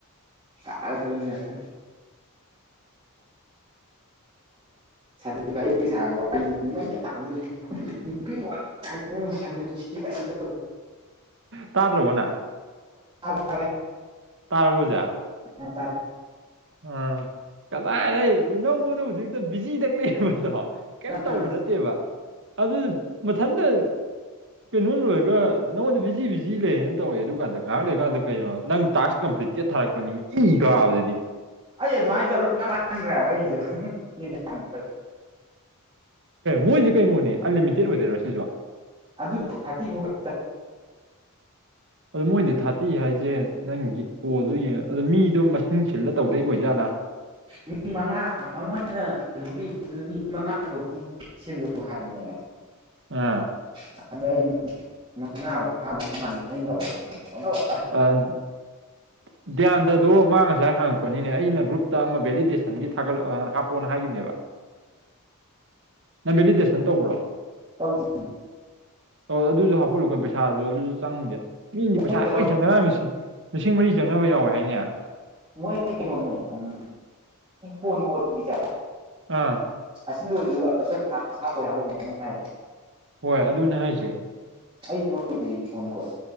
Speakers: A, on the right (about 20°); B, on the right (about 55°).
A: ꯁꯥ ꯑꯗꯨꯅꯤ ꯑꯇꯦ ꯑꯩ <unintelligible>
B: ꯇꯥꯗ꯭ꯔꯕꯣꯅꯥ
A: ꯇꯥꯔꯦꯠ
B: ꯇꯕꯣꯖꯥ
A: ꯑ ꯇꯥꯏ
B: ꯑꯥ ꯀꯃꯥꯏ ꯂꯩ ꯅꯪꯉꯣꯟꯗ ꯍꯧꯖꯤꯛꯇ ꯕꯤꯖꯤꯗꯪ ꯂꯩꯕꯗꯣ ꯀꯩꯝ ꯇꯧꯕ
A: ꯑ
B: ꯅꯠꯇꯦꯕ ꯑꯗꯨ ꯃꯊꯟꯇ ꯀꯩꯅꯣ ꯂꯣꯏꯔꯒ ꯅꯉꯣꯟꯗ ꯕꯤꯖꯤ ꯕꯤꯖꯤ ꯂꯩꯌꯦꯅ ꯇꯧꯋꯦ ꯑꯗꯨꯀꯥꯟꯗ ꯉꯥꯏꯍꯥꯛ ꯂꯩꯔꯀꯥꯟꯗ ꯀꯩꯅꯣ ꯅꯪ ꯇꯥꯛꯁ ꯀꯝ ꯄ꯭ꯔꯤ ꯇꯦꯠ ꯊꯥꯔꯛꯄꯅꯤ ꯏ ꯀꯥꯕꯁꯤꯗꯤ
A: ꯑꯩ ꯑꯗꯨꯋꯥꯏ ꯇꯧꯔ ꯃꯌꯥꯝ ꯃꯥꯡꯒꯔ꯭ꯦ ꯍꯥꯏꯕ ꯑꯩꯖꯨ <unintelligible>
B: ꯃꯣꯏꯁꯦ ꯀꯩꯅꯣꯅꯦ ꯑꯟꯂꯤꯃꯤꯇꯦꯠ ꯑꯣꯏꯗꯣꯏꯔꯣ ꯁꯤꯁꯨ
A: ꯑꯗꯨ ꯊꯥꯇꯤꯕꯨ ꯈ
B: ꯑꯗꯣ ꯃꯣꯏꯗꯤ ꯊꯥꯔꯇꯤ ꯍꯥꯏꯁꯦ ꯅꯪꯒꯤ ꯀꯣꯜ ꯗꯨ ꯌꯦꯡꯉ ꯑꯗꯣ ꯃꯤꯗꯣ ꯃꯁꯤꯡ ꯁꯤꯜꯂ ꯇꯧꯗꯩ ꯑꯣꯏꯖꯥꯠꯂꯥ
A: ꯃꯤ ꯃꯉꯥ ꯑꯃꯅ ꯅꯨꯄꯤ ꯃꯤ ꯃꯉꯥ ꯐꯧꯗꯤ ꯁꯤꯜꯂꯨ ꯍꯥꯏꯕꯅꯦ <unintelligible>
B: ꯉꯥ
A: ꯑꯗ ꯑꯩ ꯃꯥ
B: ꯑ ꯙ꯭ꯌꯥꯟꯗ ꯗꯨ ꯃꯥꯡꯉꯁ ꯁꯥꯏ ꯍꯪꯉꯛꯄꯅꯤꯅꯦ ꯑꯩꯅ ꯒ꯭ꯔꯨꯞꯇ ꯑꯃ ꯚꯦꯂꯤꯗꯦꯁꯟꯒꯤ ꯊꯥꯒꯠꯂ ꯍꯥꯞꯄꯛꯑꯣꯅ ꯍꯥꯏꯒꯤꯝꯅꯦꯕ ꯅꯪꯕꯦꯂꯤꯗꯦꯁꯟ ꯇꯧꯕ꯭ꯔꯣ
A: ꯇꯧꯗꯦ
B: ꯑꯗꯨꯁꯨ ꯍꯥꯞꯄꯠꯂꯨꯀꯥꯟ ꯄꯩꯁꯥꯁꯨ ꯑꯗꯨꯁꯨ ꯆꯪꯗꯦ ꯃꯤꯗꯤ
A: ꯃꯣꯏ
B: ꯄꯩꯁꯥ
A: ꯀꯩꯅꯣ
B: ꯂꯣꯏ ꯥꯁꯤꯡ ꯂꯤꯁꯤꯡ ꯃꯔꯤ ꯆꯪꯅꯕ ꯌꯥꯎꯋꯦ ꯍꯥꯏꯅꯦ
A: ꯃꯣꯏ ꯀꯩꯅꯣꯅꯦ ꯎꯝ ꯐꯣꯟ ꯀꯣꯟ ꯒꯤꯖꯦ
B: ꯑꯥ
A: ꯑꯁꯤ ꯂꯣꯏꯁꯤꯒ ꯍꯥꯞꯄ ꯍꯥꯏꯕ ꯍꯥꯏ
B: ꯍꯣꯏ ꯑꯗꯨꯅꯦ ꯍꯥꯏꯁꯦ
A: ꯑꯩ ꯂꯣꯏꯗ꯭ꯔꯤ ꯐꯣꯟꯀꯣꯜ